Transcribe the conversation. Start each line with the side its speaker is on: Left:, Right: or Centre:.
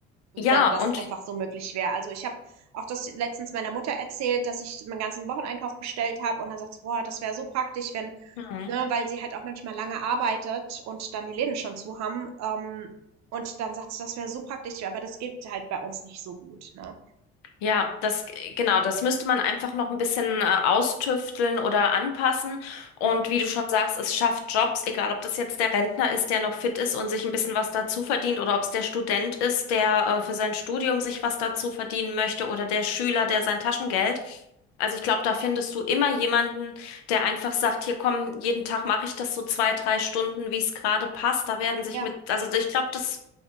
Right: wenn
Left: Ja,
Right: das
Left: und
Right: einfach so möglich wäre. Also ich habe auch das letztens meiner Mutter erzählt, dass ich meinen ganzen Wocheneinkauf bestellt habe und dann sagt sie, boah, das wäre so praktisch, wenn,
Left: Hm.
Right: ne, weil sie halt auch manchmal lange arbeitet und dann die Läden schon zu haben. Ähm, und dann sagt sie, das wäre so praktisch, aber das geht halt bei uns nicht so gut. Ne?
Left: Ja, das, genau, das müsste man einfach noch ein bisschen äh, austüfteln oder anpassen. Und
Right: Hm.
Left: wie du schon sagst, es schafft Jobs, egal ob das jetzt der Rentner ist, der noch fit ist und sich ein bisschen was dazu verdient, oder ob es der Student ist, der äh, für sein Studium sich was dazu verdienen möchte, oder der Schüler, der sein Taschengeld. Also ich glaube, da findest du immer jemanden, der einfach sagt, hier komm, jeden Tag mache ich das so zwei, drei Stunden, wie es gerade passt. Da werden sich
Right: Ja,
Left: mit, also ich glaube, das.